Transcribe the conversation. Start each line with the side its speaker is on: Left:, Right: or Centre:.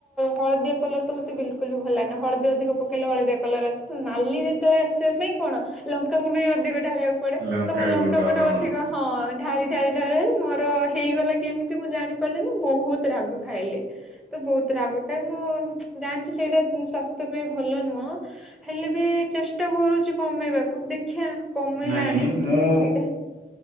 Centre: ହଳଦିଆ କଲର ତ ମତେ ବିଲକୁଲ ବି ଭଲ ଲାଗେନା ହଳଦିଆ ଅଧିକ ପକେଇ ତେଲ ହଳଦିଆ କଳର ଆସିବ ନା କାଲି ଯେତେବେଳେ ଆସିବା ପାଇଁ କଣ ଲଙ୍କା ଗୁଣ୍ଡ ବି ଅଧିକ ଢାଳିବାକୁ ପଡେ
Right: ଲଙ୍କାଗୁଣ୍ଡ
Centre: ତ ମୁଁ ଲଙ୍କା ଗୁଣ୍ଡ
Right: ହଁ
Centre: ଅଧିକ ହଁ ହଁ ଢାଳି ଢାଳି ଢାଳି ମୋର ହେଇଗଲା କେମିତି ମୁଁ ଜାଣି ପାରିଲିନି ବହୁତ ରାଗ ଖାଇଲେ। ତ ବହୁତ ରାଗ ଖାଏ ମୁଁ ଜାଣିଛି ସେଇଟା ସ୍ୱାସ୍ଥ୍ୟ ପାଇଁ ଭଲ ନୁହଁ ହେଲେ ବି ଚେଷ୍ଟା କରୁଛି କମେଇବାକୁ ଦେଖିଆ କାମିଲାଣି
Right: ନାଇଁ ମୁଁ
Centre: କିଛିଟା।